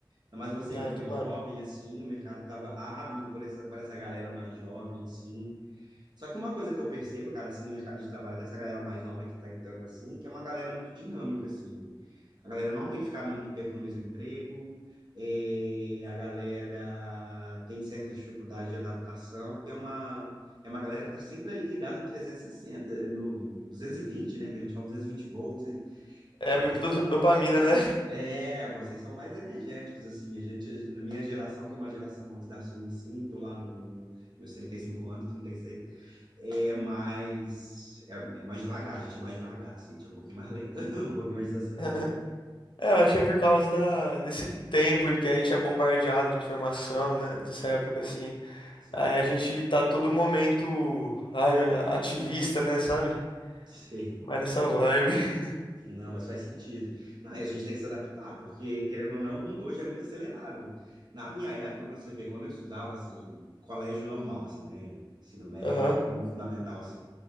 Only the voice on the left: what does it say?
Ah,
tomara.
É
muito
do-
dopamina, né?
<laughs> É, eu achei por causa da, desse tempo que a gente é bombardeado de informação, né? Dessa época, assim.
Aí
a gente tá todo momento, ai, ativista, né? Sabe?
Mas nessa vibe. <laughs>
Aham.